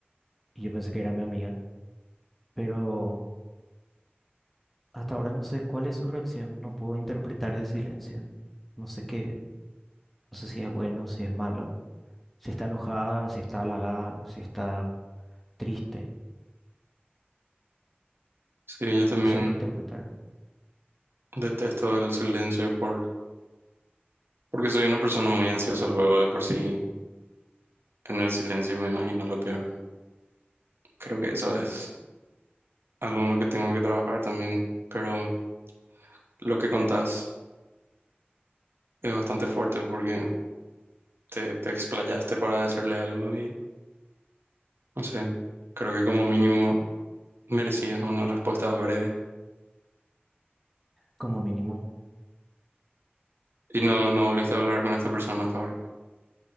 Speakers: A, in the centre; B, on the right (about 75°).
A: y yo pensé que era mi amiga, pero hasta ahora no sé cuál es su reacción, no puedo interpretar el silencio, no sé qué. No sé si es bueno, si es malo, si está enojada, si está halagada, si está triste.
B: Sí, yo también
A: No sé qué interpretar.
B: detesto el silencio por, porque soy una persona muy ansiosa luego de por sí. En el silencio me imagino lo peor. Creo que eso es algo en lo que tengo que trabajar también. Pero lo que contás es bastante fuerte porque te, te explayaste para decirle algo y no sé. Creo que como mínimo merecías una respuesta breve.
A: Como mínimo,
B: Y no, no volviste a hablar con esta persona hasta ahora.